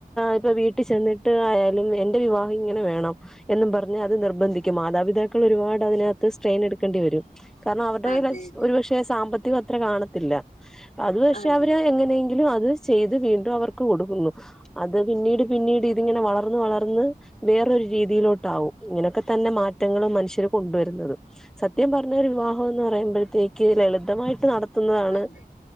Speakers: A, in the centre; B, on the left.
A: ഇപ്പൊ വീട്ടിൽ ചെന്നിട്ട് ആയാലും എന്റെ വിവാഹ ഇങ്ങനെ വേണം എന്നും പറഞ് അത് നിർബന്ധിക്കും മാതാപിതാക്കൾ ഒരുപാട് അതിനകത്ത് സ്ട്രെയിൻ എടുക്കേണ്ടി വരും കാരണം അവരുടെ കയ്യിൽ
B: അതെ
A: അഷ്‌ ഒരുപക്ഷെ സാമ്പത്തികം അത്ര കാണത്തില്ല അത് പക്ഷെ
B: അതെ
A: അവര് എങ്ങനെയെങ്കിലും അത് സ് ചെയ്ത് വീണ്ടും അവർക്ക് കൊടുക്കുന്നു അത് പിന്നീട് പിന്നീട് ഇതിങ്ങനെ വളർന്ന് വളർന്ന് വേറൊരു രീതിയിലോട്ട് ആവും, ഇങ്ങനെയൊക്കെ തന്നെ മാറ്റങ്ങൾ മനുഷ്യർ കൊണ്ടുവരുന്നത്. സത്യം പറഞ്ഞാൽ ഒരു വിവാഹം എന്ന് പറയുമ്പോഴത്തേക്ക് ലളിതമായിട്ട് നടത്തൻ. ത്തുന്നതാണ്
B: അതെ